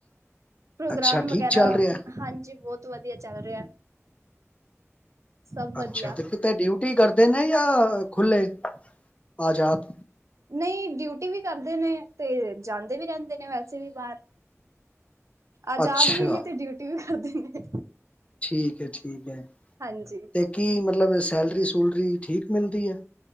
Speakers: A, on the right; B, on the left.
A: ਪ੍ਰੋਗਰਾਮ
B: ਅੱਛਾ ਠੀਕ
A: ਵਗੈਰਾ।
B: ਚੱਲ ਰਿਹਾ
A: ਹਾਂਜੀ ਬਹੁਤ ਵਧੀਆ ਚੱਲ ਰਿਹਾ। ਸਭ ਵਧੀਆ
B: ਅੱਛਾ ਤੇ ਕਿਤੇ ਡਿਊਟੀ ਕਰਦੇ ਨੇ ਜਾਂ ਖੁੱਲੇ, ਆਜ਼ਾਦ?
A: ਨਹੀਂ ਡਿਊਟੀ ਵੀ ਕਰਦੇ ਨੇ, ਤੇ ਜਾਂਦੇ ਵੀ ਰਹਿੰਦੇ ਨੇ ਵੈਸੇ ਵੀ ਬਾਹਰ। ਆਜ਼ਾਦ
B: ਅੱਛਾ
A: ਵੀ ਨੇ ਤੇ ਡਿਊਟੀ ਵੀ ਕਰਦੇ ਨੇ।
B: ਠੀਕ ਹੈ ਠੀਕ ਹੈ,
A: ਹਾਂਜੀ
B: ਤੇ ਕੀ ਮਤਲਬ ਸੈਲਰੀ ਸੁੂਲਰੀ ਠੀਕ ਮਿਲਦੀ ਹੈ?